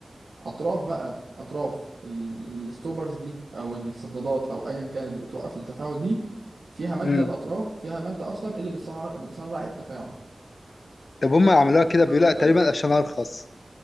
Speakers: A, on the right; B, on the left.
A: اطراف بقى اطراف ال- الستوبرز دي او السدادات او ايا كان اللي بتوقف التفاعل دي فيها ماده
B: امم
A: الاطراف فيها ماده اصلا اللي بتسرع بتسرع التفاعل
B: طب هم عملوها
A: اسمها
B: كده بيقول
A: كاتاليست
B: لأ، تقريبا عشان ارخص